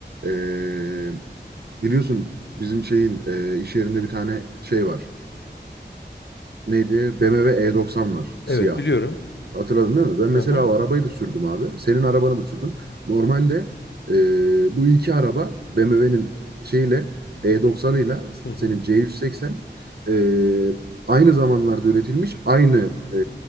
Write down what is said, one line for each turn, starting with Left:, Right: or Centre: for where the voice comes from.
Right: e, biliyorsun bizim şeyin e, iş yerinde bir tane şey var. neydi? BMW E90 var. Siyah.
Left: Evet biliyorum.
Right: Hatırladın değil mi? Ben mesela
Left: Aha.
Right: o arabayı da sürdüm abi. Senin arabanı da sürdüm. Normalde e, bu iki araba BMW'nin şeyle E90'ıyla
Left: Hı hı.
Right: senin C180 e, aynı zamanlarda üretilmiş, aynı e,